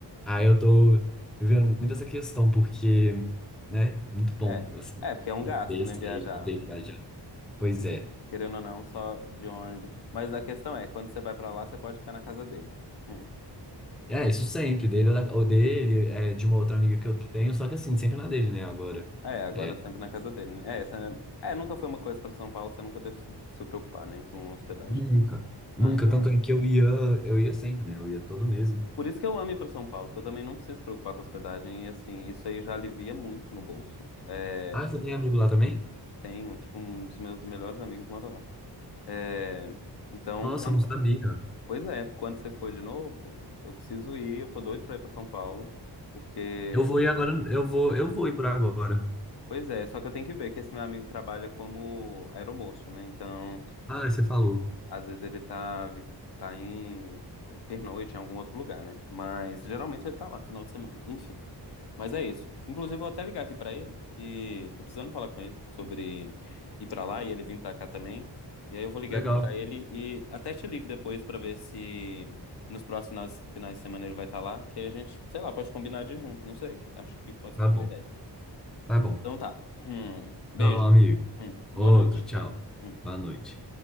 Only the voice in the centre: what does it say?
Aí
eu tô vivendo muito essa questão, porque, né, muito bom,
assim,
poder
sair,
poder viajar. Pois é.
É, isso sempre, dele ou, da- ou dele, é, de uma outra amiga que eu tenho, só que assim, sempre na dele, né, agora.
É,
Nunca, nunca.
Tanto é que eu ia, eu ia sempre, né? Eu ia todo mês.
Ah, você tem amigo lá também?
Nossa,
eu não sabia.
Eu vou ir agora, eu vou, eu vou ir por agora.
Ah, você falou.
Legal.
Tá
bom,
tá bom.
Tá bom, amigo.
Outro,
tchau.
Boa noite.